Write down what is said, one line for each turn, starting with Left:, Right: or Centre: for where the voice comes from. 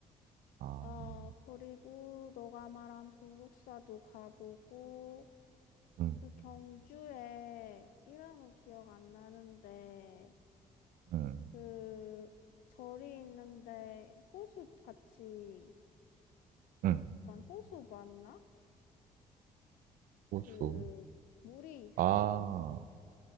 Right: 아,
Left: 어, 그리고 너가 말한 불국사도 가보고
Right: 음,
Left: 그 경주에 이름은 기억 안 나는데
Right: 음,
Left: 그 절이 있는데 호수 같이
Right: 음,
Left: 약간 호수 맞나?
Right: 호수.
Left: 그 물이 있어.
Right: 아,